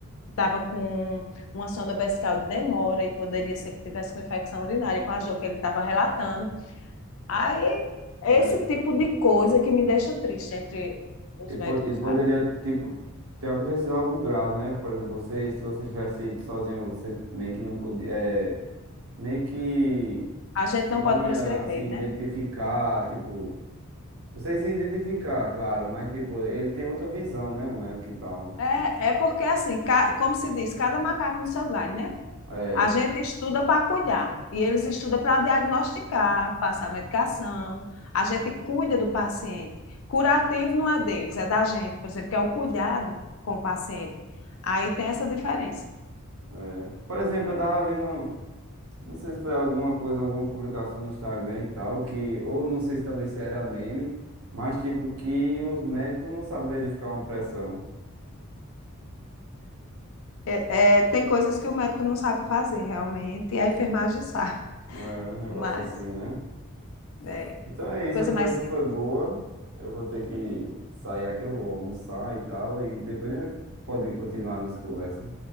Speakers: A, on the left (about 65°); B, on the right (about 70°).
A: estava com uma sonda vesical de demora e poderia ser que tivesse com infecção urinária, com a dor que ele estava relatando. Aí, esse
B: É,
A: tipo de coisa que me deixa triste entre os
B: É. E, po-
A: médicos,
B: e poderia,
A: sabe?
B: tipo, ter acontecido algo grave, né? Por exemplo, vocês, se vocês tivessem ido sozinho, você meio que não podia, é, meio que
A: A gente
B: não
A: não pode
B: ia,
A: prescrever,
B: assim,
A: né?
B: identificar, tipo, vocês iam identificar, claro, mas, tipo, ele tem outra visão, né? O médico e tal.
A: É, é porque, assim, ca... como se diz, cada macaco no seu galho, né?
B: É,
A: A gente estuda para cuidar e eles estudam para diagnosticar, passar medicação. A gente cuida do paciente. Curativo não é deles, é da gente, por exemplo, que é o cuidado com o paciente. Aí tem essa diferença.
B: é. Por exemplo, eu tava vendo, não sei se foi alguma coisa, alguma publicação no Instagram e tal, que, ou não sei se também se era meme, mas, tipo, que os médicos não sabem verificar uma pressão.
A: É, é, tem coisas que o médico não sabe fazer realmente e a enfermagem <laughs> sabe,
B: É um negócio
A: mas
B: assim, né?
A: é
B: Então é isso,
A: coisa
B: a conversa
A: mais simples.
B: foi boa. Eu vou ter que sair aqui, eu vou almoçar e tal. E depois a gente pode continuar a nossa conversa.